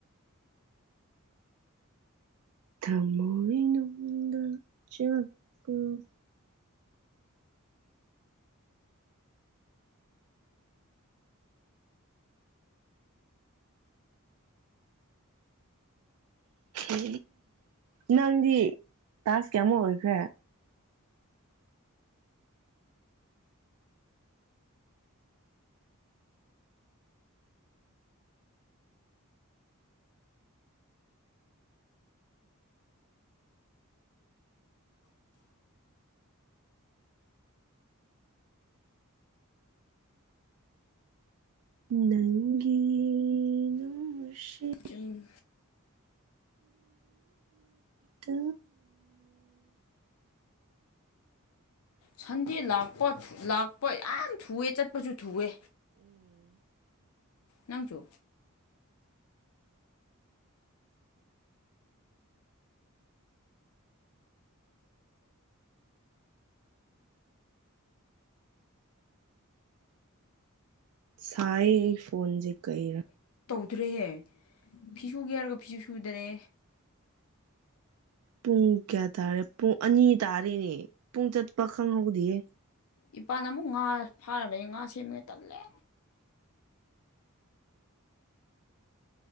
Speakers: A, on the right; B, on the left.
A: ꯊꯃꯥꯏꯅꯗ ꯆꯒ ꯎ ꯅꯪꯗꯤ ꯇꯖ ꯀꯌꯥꯃꯛ ꯑꯣꯏꯈ꯭ꯔꯦ ꯅꯪꯒꯤ ꯅꯨꯡꯁꯤ
B: ꯇꯨꯝ
A: ꯇ
B: ꯁꯟꯗꯦ ꯂꯥꯛꯄ ꯂꯥꯛꯄ ꯌꯥꯝ ꯊꯨꯑꯦ ꯆꯠꯄꯁꯨ ꯊꯨꯑꯦ ꯅꯪꯊꯣ
A: ꯁꯥꯏ ꯑꯩ ꯐꯣꯟꯁꯦ ꯀꯩꯔꯥ
B: ꯁꯨꯊ꯭ꯔꯦꯍꯦ ꯐꯤ ꯁꯨꯒꯦ ꯍꯥꯏꯔꯒ ꯐꯤꯁꯨ ꯁꯨꯗꯔꯦ
A: ꯄꯨꯡ ꯀꯌꯥ ꯇꯥꯔꯦ ꯄꯨꯡ ꯑꯅꯤ ꯇꯥꯔꯤꯦꯅꯦ ꯄꯨꯡ ꯆꯠꯄ ꯈꯪꯍꯧꯗꯌꯦꯦ
B: ꯏꯄꯥꯜ ꯑꯃꯨꯛ ꯉꯥ ꯐꯥꯔꯕꯅꯤ ꯉꯥ ꯁꯦꯝꯃꯒ ꯇꯜꯂꯦ